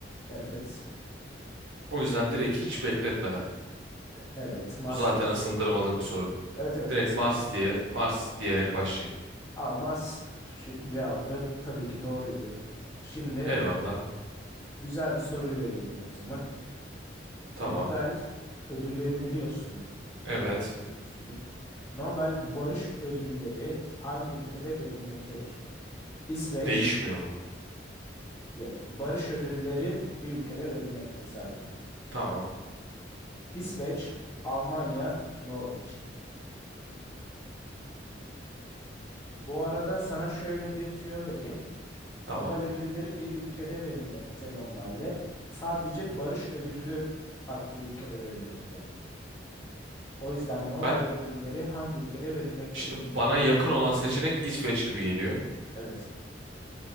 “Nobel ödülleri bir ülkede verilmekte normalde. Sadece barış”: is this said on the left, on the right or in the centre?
Left